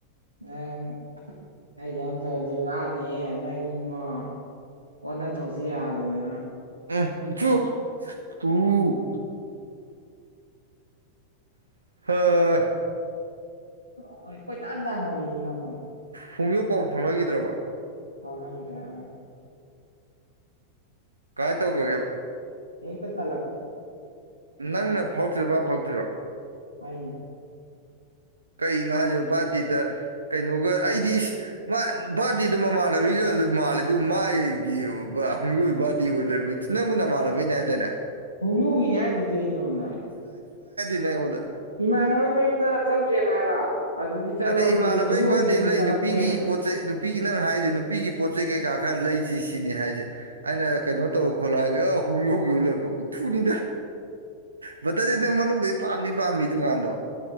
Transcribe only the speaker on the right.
ꯑ ꯆꯣ ꯎ ꯍ
ꯐꯣꯡꯌꯣꯛ ꯄꯥꯎ ꯐꯪꯂꯅꯈꯤꯗ꯭ꯔꯕ
ꯀꯥꯏ ꯇꯧꯈꯒꯦꯕ
ꯅꯪꯅ ꯐꯥꯎꯇ꯭ꯔꯤꯕ꯭ꯔ ꯐꯥꯎꯇ꯭ꯔꯤꯔꯤꯕꯣ
ꯀꯩꯅꯣ ꯍꯥꯏꯁ ꯕꯥꯥꯔꯇꯤꯗ ꯀꯩꯅꯣꯒ ꯑꯩꯗꯤ ꯏꯁ ꯃꯥ ꯚꯥꯔꯇꯤꯗꯨ ꯃꯃꯥꯟꯅꯕꯤꯒ ꯑꯗꯨꯝ ꯃꯥꯂꯦ ꯑꯗꯨ ꯃꯥꯒꯤ ꯑꯍꯨꯝꯒꯤ ꯑꯣꯏ ꯕꯥꯔꯇꯤ ꯑꯣꯏ ꯂꯩꯕ ꯅꯪꯕꯨ ꯅꯃꯥꯟꯅꯕꯩꯅꯦ ꯍꯥꯏꯇꯥꯅꯦ
ꯅꯦꯉꯣꯟꯗ
ꯑꯗꯩ ꯏꯃꯥꯟꯅꯕꯩ
ꯕꯥꯔꯗꯦ ꯑꯃ ꯂꯩ
ꯅꯨꯄꯤꯒꯤ ꯄꯣꯠ ꯆꯩ ꯅꯨꯄꯤꯒꯤ ꯅꯪ ꯍꯥꯏꯔꯤꯁꯦ ꯅꯨꯄꯤꯒꯤ ꯄꯣꯠ ꯆꯩ ꯀꯩꯀꯥ ꯈꯔ ꯂꯩꯁꯤ ꯁꯤꯅꯤ ꯍꯥꯏꯁꯦ ꯑꯩꯅ ꯀꯩꯅꯣ ꯇꯧꯔ ꯈꯣꯠꯂꯛꯑꯒꯦ ꯑ ꯍꯧ ꯍꯧꯈꯤꯕ ꯂꯣꯏꯕ ꯎ ꯊꯨꯅꯤꯗ ꯕꯇꯔꯁꯦ ꯅꯪ ꯃꯅꯨꯡꯗ ꯄꯥꯝꯗꯤ ꯄꯥꯝꯃꯤ ꯗꯨꯀꯥꯟꯗꯣ